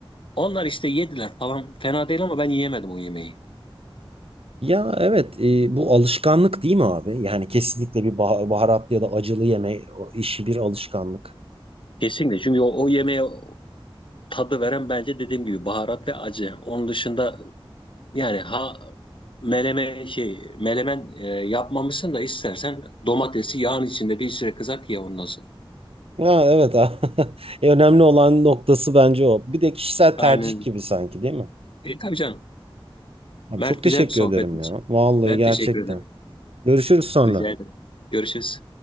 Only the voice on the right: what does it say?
Ya evet e, bu alışkanlık değil mi abi? Yani kesinlikle bir bah- baharatlı ya da acılı yeme işi bir alışkanlık.
Ha, evet. <laughs> E, önemli olan noktası bence o. Bir de kişisel
tercih
gibi sanki değil mi?
Abi
çok teşekkür
ederim ya. Vallahi
gerçekten.
Görüşürüz sonra.